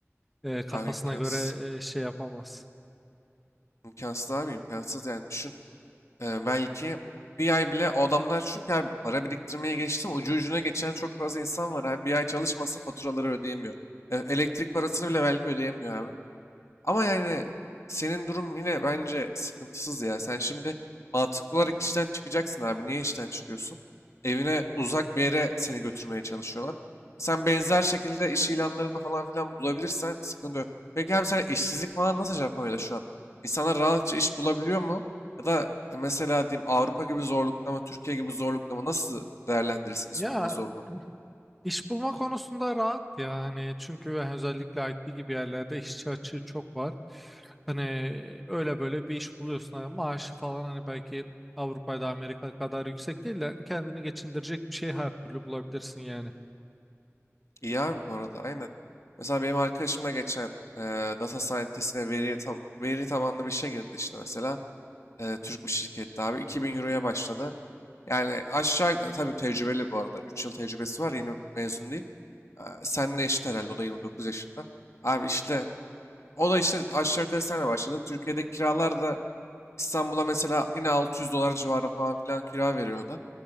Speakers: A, in the centre; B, on the left.
A: E, kafasına
B: Abi imkansız.
A: göre e, şey yapamaz.
B: İmkansız abi imkansız yani düşün. Ee, belki bir ay bile o adamlar çünkü abi para biriktirmeye geçtim. Ucu ucuna geçen çok fazla insan var abi. Bir ay çalışmasa faturaları ödeyemiyor. E, Elektrik parasını bile belki ödeyemiyor abi. Ama yani senin durum yine bence sıkıntısız ya. Sen şimdi mantıklı olarak işten çıkacaksın abi. Niye işten çıkıyorsun? Evine uzak bir yere seni götürmeye çalışıyorlar. Sen benzer şekilde iş ilanlarında falan filan bulabilirsen sıkıntı yok. Peki abi sen işsizlik falan nasıl Japonya'da şu an? İnsanlar rahatça iş bulabiliyor mu? Ya da mesela diyeyim Avrupa gibi zorlukta mı, Türkiye gibi zorlukta mı nasıl değerlendirirsin iş
A: Ya
B: bulma zorluğunu?
A: İş bulma konusunda rahat yani çünkü özellikle IT gibi yerlerde işçi açığı çok var. Hani öyle böyle bir iş buluyorsun Hani maaşı falan hani belki Avrupa'da Amerika kadar yüksek değil de hani, kendini geçindirecek bir şey her türlü bulabilirsin yani.
B: İyi abi bu arada aynen. Mesela benim arkadaşımla geçen e, data scientist'ine veri, tab- veri tabanlı bir şey girdi işte mesela. E, Türk bir şirkette abi 2000 euroya başladı. Yani aşağı e, tabii tecrübeli bu arada. üç yıl tecrübesi var yeni mezun değil. E, senle eşit herhalde o da 29 yaşında. Abi işte o da işte aşağı yukarı senle başladı. Türkiye'de kiralar da İstanbul'a mesela yine 600 dolar civarı falan filan kira veriyordu.